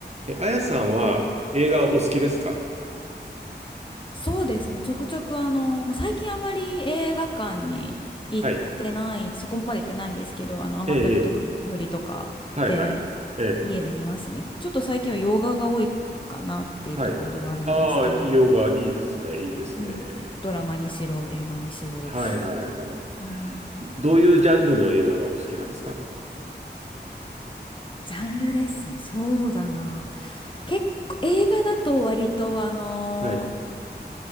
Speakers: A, on the right; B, on the left.
A: え、あやさんは映画お好きですか
B: そうですね。ちょくちょくあの、もう最近あんまり映画館に行ってない、
A: はい。
B: そこまで行ってないんですけど、あの、アマプラとかネットフリとかで
A: ええ、ええはい、はい。ええ、
B: 家で見ますね。ちょっと最近は洋画が多いかなっていうところではあるんですけど、
A: はい。ああ、洋画いいですね、いいですね。
B: うん、ドラマにしろ、映画にしろ、
A: はい、はい、はい。
B: うん、
A: どういうジャンルの映画がお好きなんですか
B: ジャンルですね。そうだな。結構、映画だと割とあのー
A: はい、